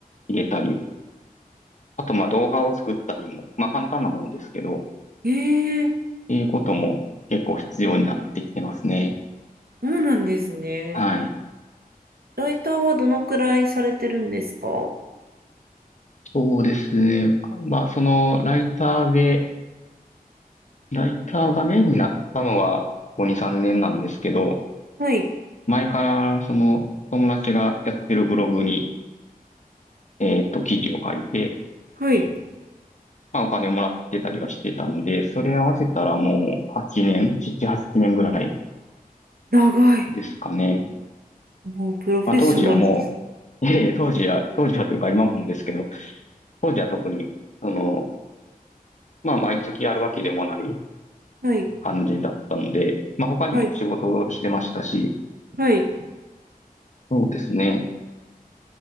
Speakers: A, on the left (about 50°); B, on the right (about 80°).
A: 入れたり、あとまあ動画を作ったりも、まあ簡単なものですけど、っ
B: ええ
A: ていうことも結構必要になってきてますね。
B: そうなんですね。
A: はい。
B: ライターはどのくらいされてるんですか
A: そうですね。まあそのライターで、ライターがメインになったのはここ2、3年なんですけど、
B: はい。
A: 前からその友達がやってるブログに、えっと記事を書いて、
B: はい。
A: まあお金をもらってたりはしてたので、それ合わせたらもう8年、7、8年ぐらい
B: 長い。
A: ですかね。
B: もうプロフェッショナルです。
A: まあ、当時はもう、<laughs> いえいえ、当時は、当時はというか今もですけど、当時は特に、その、まあ、毎月あるわけでもない
B: はい。
A: 感じだったので、まあ、他にも仕事をしてましたし、
B: はい。はい。
A: そうですね。